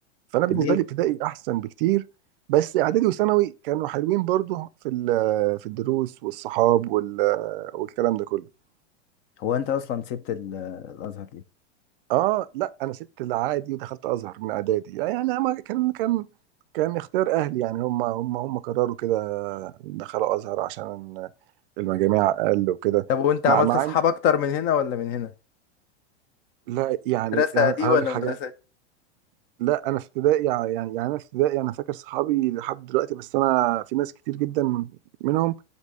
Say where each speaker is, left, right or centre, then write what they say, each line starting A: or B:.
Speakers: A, on the right (about 50°); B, on the left (about 30°).
A: فانا بالنسبه
B: ليه
A: لي ابتدائي احسن بكتير بس اعدادي وثانوي كانوا حلوين برضو في ال- في الدروس والصحاب وال والكلام ده كله
B: هو انت اصلا سبت ال- الازهر ليه
A: اه لا انا سبت العادي ودخلت ازهر من اعدادي يعني ما كان كان كان اختيار اهلي يعني هم هم هم قرروا كده دخلوا ازهر عشان المجاميع اقل وكده
B: طب وانت
A: مع
B: عملت
A: مع
B: اصحاب
A: إن-
B: اكتر من هنا ولا من هنا
A: لا يعني
B: المدرسة
A: انا
B: دي
A: هقول
B: ولا
A: لك حاجه
B: المدرسة دي
A: لا انا في ابتدائي يعني يعني انا في ابتدائي انا فاكر صحابي لحد دلوقتي بس انا في ناس كتير جدا من- منهم